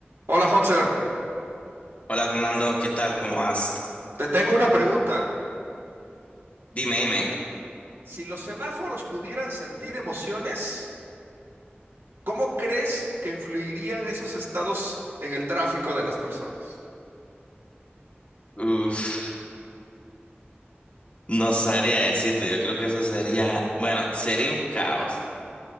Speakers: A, on the right; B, on the left.
A: Hola, Hotzer.
B: Hola Fernando, ¿qué tal? ¿Cómo vas?
A: Te tengo una pregunta.
B: Dime, dime.
A: Si los semáforos pudieran sentir emociones, ¿cómo crees que influirían esos estados en el tráfico de las personas?
B: Uf, no sabría decirte, yo creo que eso sería, bueno, sería un caos.